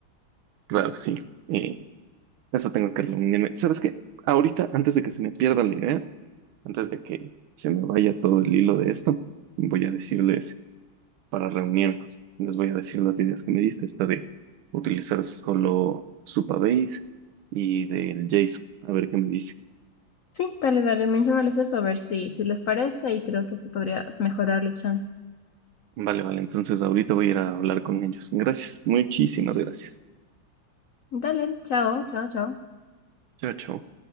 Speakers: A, on the right (about 80°); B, on the left (about 75°).
A: claro, sí. Eh, eso tengo que reunirme. ¿Sabes qué? Ahorita, antes de que se me pierda la idea, antes de que se me vaya todo el hilo de esto, voy a decirles para reunirnos. Les voy a decir las ideas que me diste, esta de utilizar solo Supabase y del JSON. A ver qué me dice.
B: Sí, dale, dale, menciónales eso a ver si, si les parece y creo que así podrías mejorarle chance.
A: Vale, vale. Entonces ahorita voy a ir a hablar con ellos. Gracias. Muchísimas gracias.
B: Dale, chao, chao, chao.
A: Chao, chao.